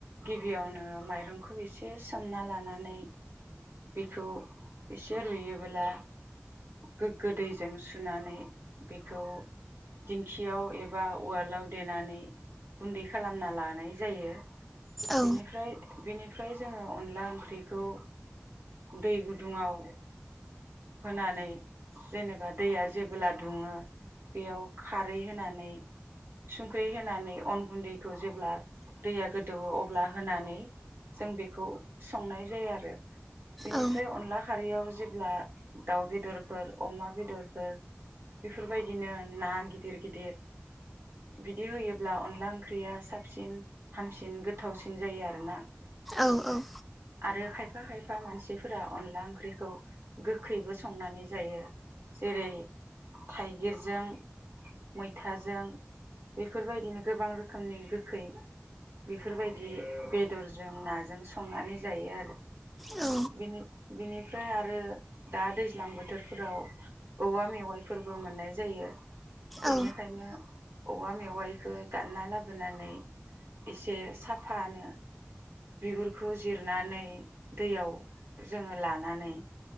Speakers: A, on the right (about 55°); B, in the centre.
A: गिबियावनो माइरंखौ एसे सोमना लानानै बेखौ एसे रुयोब्ला, गोग्गो दैजों सुनानै बेखौ दिंखियाव एबा उवालाव देनानै गुन्दै खालामना लानाय जायो।
B: औ
A: बिनिफ्राय बेनिफ्राय जोङो अनला ओंख्रिखौ दै गुदुङाव होनानै, जेनेबा दैया जेब्ला दुङो बेयाव खारै होनानै, संख्रै होनानै अन गुन्दैखौ जेब्ला दैया गोदौवो अब्ला होनानै जों बेखौ संनाय जायो आरो। बेनिफ्राय
B: औ
A: अनला खारैयाव जेब्ला दाउ बेदरफोर, अमा बेदरफोर बेफोरबायदिनो ना गिदिर गिदिर बिदि होयोब्ला अनला ओंख्रिया साबसिन हामसिन गोथावसिन जायो आरो ना।
B: औ
A: आरोखाय फा खायफा मानसिफोरा अनला ओंख्रिखौ गोखैबो संनानै जायो। जेरै थाइगिरजों मैथाजों बेफोरबायदिनो गोबां रोखोमनि गोखै बेफोरबायदि बेदरजों नाजों संनानै जायो आरो।
B: औ
A: बिनि-बिनिफ्राय आरो दा दैज्लां बोथोरफोराव औवा मेवाइफोरबो मोननाय जायो। बेनिखायनो
B: औ
A: औवा मेवाइखो दानना लाबोनानै एसे साफानो बिगुरखौ जिरनानै दैयाव जोङो लानानै,